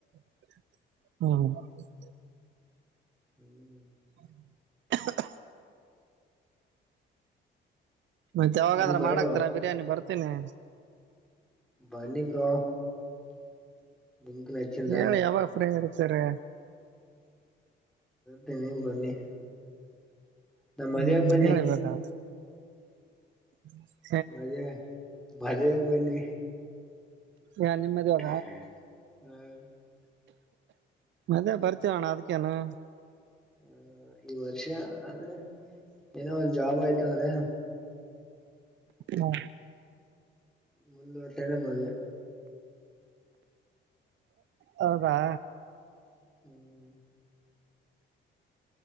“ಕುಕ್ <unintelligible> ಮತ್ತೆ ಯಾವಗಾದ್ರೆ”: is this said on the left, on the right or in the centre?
Right